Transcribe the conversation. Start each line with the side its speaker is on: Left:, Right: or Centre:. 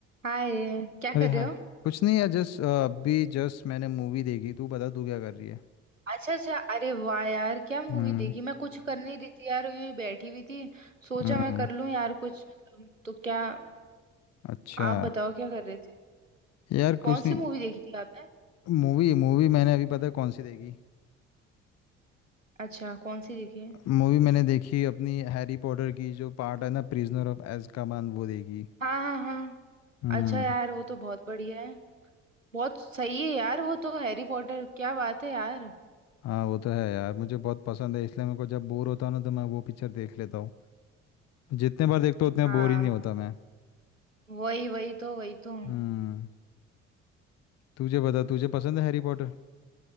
Right: हाय क्या कर
Left: अरे
Right: रहे
Left: हाय
Right: हो
Left: कुछ नहीं यार जस्ट अभी जस्ट मैंने मूवी देखी तू बता तू क्या कर रही है
Right: अच्छा अच्छा अरे वाह यार क्या मूवी
Left: हम्म
Right: देखी मैं कुछ कर नहीं रही थी यार यूं ही बैठी हुई थी सोचा
Left: हम्म
Right: मैं कर लूं यार कुछ मतलब तो क्या
Left: अच्छा
Right: आप बताओ क्या कर रहे थे
Left: यार कुछ
Right: कौन
Left: नहीं
Right: सी मूवी देखी थी आपने
Left: मूवी मूवी मैंने अभी पता है कौन सी देखी
Right: अच्छा कौन सी देखी है
Left: मूवी मैंने देखी अपनी हैरी पॉटर की जो पार्ट है ना प्रिजनर ऑफ अज़्काबान वो देखी
Right: हाँ हाँ हाँ
Left: हम्म
Right: अच्छा यार वो तो बहुत बढ़िया है बहुत सही है यार वो तो हैरी पॉटर क्या बात है यार
Left: हाँ वो तो है यार मुझे बहुत पसंद है इसलिए मेरे को जब बोर होता हूँ ना तो मैं वो पिक्चर देख लेता हूँ जितने बार देखता हूँ उतने
Right: हाँ
Left: बोर ही नहीं होता मैं
Right: वही वही तो वही तो
Left: हम्म तुझे बता तुझे पसंद है हैरी पॉटर